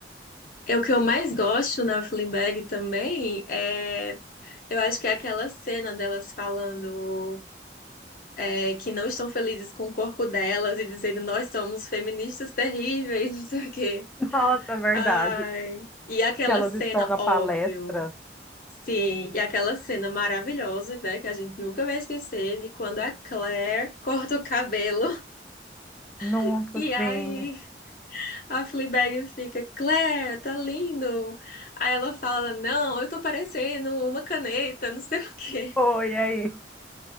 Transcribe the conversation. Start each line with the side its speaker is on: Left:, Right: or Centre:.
Left: É o que eu mais gosto na Fleabag também, é, eu acho que é aquela cena delas falando é, que não estão felizes com o corpo delas e dizendo nós somos feministas terríveis, <laughs> não sei o quê.
Centre: <laughs> Nossa, é verdade.
Left: Ai, e aquela
Centre: Que elas
Left: cena,
Centre: estão na
Left: óbvio.
Centre: palestra.
Left: Sim, e aquela cena maravilhosa, né, que a gente nunca vai esquecer, de quando a Claire corta o cabelo
Centre: Nossa,
Left: <laughs> e aí
Centre: sim.
Left: a Fleabag fica, Claire, tá lindo. Aí ela fala, não, eu tô parecendo uma caneta, não sei <laughs> o quê.
Centre: Foi aí.